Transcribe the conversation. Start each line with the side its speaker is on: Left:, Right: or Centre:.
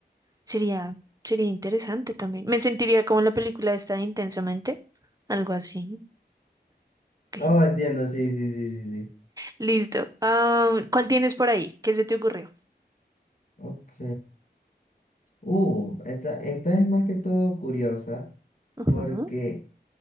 Right: sería, sería interesante también. Me sentiría como en la película esta de Intensamente, algo así. Ok,
Left: Oh, entiendo, sí, sí, sí, sí, sí.
Right: Listo. Am, ¿cuál tienes por ahí? ¿Qué se te ocurrió?
Left: Ok. Uh, esta, esta es más que todo curiosa
Right: Ujú.
Left: porque